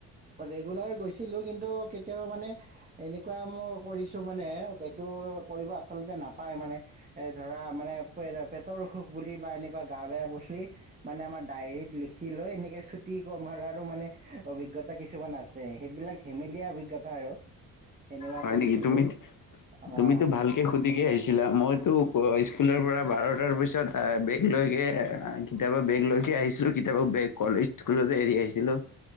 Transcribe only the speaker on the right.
ৰেগুলাৰ গৈছিলো কিন্তু কেতিয়াবা মানে এনেকুৱা ক মানে এইটো কৰিব আচলতে নাপায় মানে ধৰা মানে পেটৰ অসুখ বুলি বা এনেকুৱা গা বেয়া বুলি মানে আমাৰ ডায়েৰীত লিখি লৈ এনেকৈ আমাৰো মানে অভিজ্ঞতা কিছুমান আছে সেইবিলাক ধেমেলীয়া অভিজ্ঞতা হয় আৰু তেনেকুৱা
কৰিছিলোঁ
অঁ